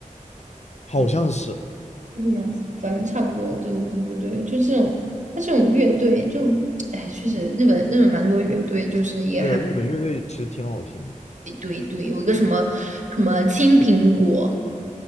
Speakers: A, on the left; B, on the right.
A: 好像是
B: 不对 q u e e p nuts，反正差不多。对对对对对，就这种，它这种乐队就，哎，确实日本日本蛮多乐队，就是也还
A: 对啊，日本乐队其实挺好听的。
B: 一对，堆，有一个什么什么青苹果，